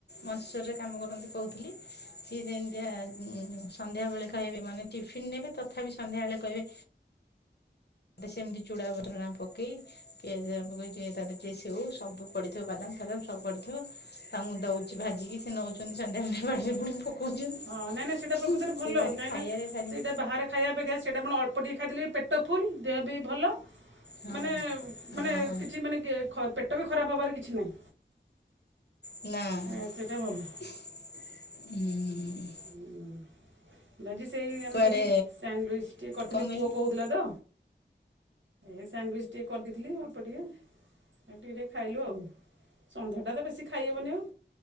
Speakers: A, on the left; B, on the right.
A: ମଞ୍ଚେଶ୍ଵରରେ କାମ କରନ୍ତି କହୁଥିଲି। ସିଏ ଯେମିତିଆ ସନ୍ଧ୍ୟା ବେଳେ ଖାଇବେ ମାନେ ଟିଫିନ ନେବେ ତଥାପି ସନ୍ଧ୍ୟାବେଳେ କହିବେ ସେମିତି ଚୂଡ଼ାପତ୍ରଣା ପକେଇ ପିଆଜ ପକେଇ ଟିକେ ତା ଦେହେରେ ଟିକେ ସେଉ ସବୁ ପଡ଼ିଥିବ ବାଦାମ ଫାଦାମ ସବୁ ପଡ଼ିଥିବ ତାଙ୍କୁ ଦଉଛି ଭାଜିକି ସେ ନଉଛନ୍ତି ସନ୍ଧ୍ୟାବେଳେ ବାଡ଼ିରେ ପୁଣି ପକଉଛନ୍ତି
B: ହଁ ନାଇଁ ନାଇଁ ସେଇଟା ପ୍ରକୃତରେ ଭଲ
A: ସିଏ ଭାରି
B: କାହିଁକିନା
A: ଖାଇବାରେ ଭାରି
B: ସେଇଟା ବାହାରେ ଖାଇବା ଅପେକ୍ଷା ସେଇଟା ଆପଣ ଅଳ୍ପ ଟିକଏ ଖାଇଦଲେ ବି ପେଟ ଫୁଲ ଦେହ ବି ଭଲ
A: ହଁ
B: ମାନେ
A: ହଁ
B: ମାନେ କିଛି ମାନେ ପେଟ ବି ଖରାପ ହେବାର କିଛି ନାହିଁ।
A: ନା
B: ହଁ ସେଇଟା ଭଲ।
A: ହୁଁ।
B: ହୁଁ। ଭଜି ସେଇ ଆମର
A: କୁଆଡ଼େ
B: ଯିଏ ସାଣ୍ଡିଚ୍ ଟି କରିଥିଲି
A: କଣ କହିଲେ
B: ପୁଅ କହୁଥିଲାତ ଏ ସାଣ୍ଡୱିଚ୍ ଟିକେ କରିଦେଇଥିଲି ଅଳ୍ପ ଟିକେ ଟିକେ ଟିକେ ଖାଇଲୁ ଆଉ ସନ୍ଧ୍ୟାଟାତ ବେଶୀ ଖାଇହବନି ଆଉ।